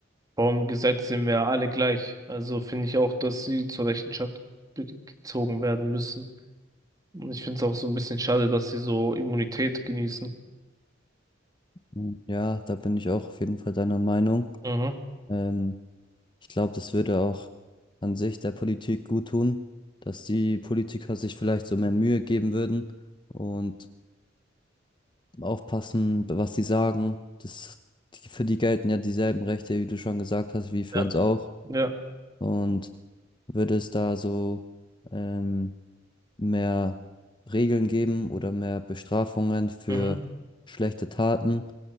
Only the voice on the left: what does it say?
mm, ja, da bin ich auch auf jeden Fall deiner Meinung.
Ähm, ich glaube, das würde auch an sich der Politik gut tun, dass die Politiker sich vielleicht so mehr Mühe geben würden und aufpassen, was sie sagen. Das, die, für die gelten ja dieselben Rechte, wie du schon gesagt hast, wie für
uns auch.
Und würde es da so ähm, mehr Regeln geben oder mehr Bestrafungen für
schlechte Taten?